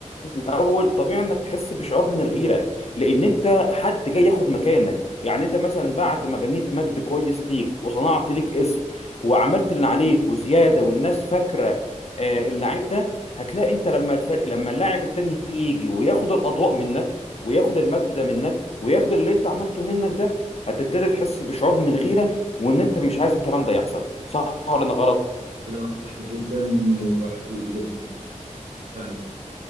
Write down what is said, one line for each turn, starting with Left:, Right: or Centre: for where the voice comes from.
Left: الاول طبيعي انك تحس بشعور من الغيره لان انت حد جاي ياخد مكانك يعني انت مثلا بعد ما بنيت مجد كويس ليك وصنعت ليك اسم وعملت اللي عليك وزياده والناس فاكره آه، اللعيب ده هتلاقي انت لما الفرق لما اللاعب التاني يجي وياخد الاضواء منك وياخد المجد ده منك وياخد اللي انت عملته منك ده هتبتدي تحس بشعور من الغيره وان انت مش عايز الكلام ده يحصل صح ولا انا غلط
Right: كلامك صح جدا وحقيقي جدا صح فعلا